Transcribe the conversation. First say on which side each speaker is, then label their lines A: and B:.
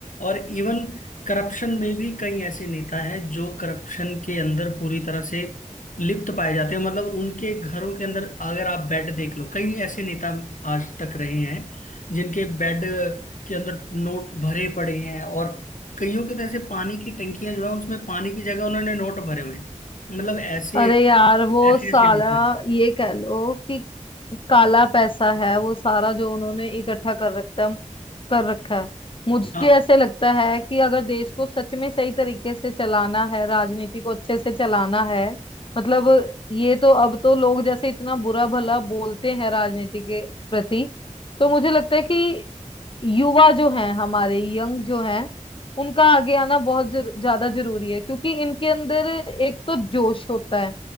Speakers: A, on the left; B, on the left.
A: और इवन करप्शन में भी कई ऐसे नेता हैं जो करप्शन के अंदर पूरी तरह से लिप्त पाए जाते हैं मतलब उनके घरों के अंदर अगर आप बेड देख लो कई ऐसे नेता आज तक रहे हैं जिनके बेड के अंदर नोट भरे पड़े हैं और कईयों के तो ऐसे पानी की टंकियां जो है उसमें पानी की जगह उन्होंने नोट भरे हुए हैं मतलब ऐसे
B: अरे यार वो
A: ऐसे
B: सारा
A: ऐसे नहीं सर
B: ये कह लो कि काला पैसा है वो सारा जो उन्होंने इकट्ठा कर रखता है कर रखा है मुझे
A: हाँ
B: ऐसे लगता है कि अगर देश को सच में सही तरीके से चलाना है राजनीति को अच्छे से चलाना है मतलब ये तो अब तो लोग जैसे इतना बुरा भला बोलते हैं राजनीति के प्रति तो मुझे लगता है कि युवा जो हैं हमारे यंग जो हैं उनका आगे आना बहुत जर, ज्यादा जरूरी है क्योंकि इनके अंदर एक तो जोश होता है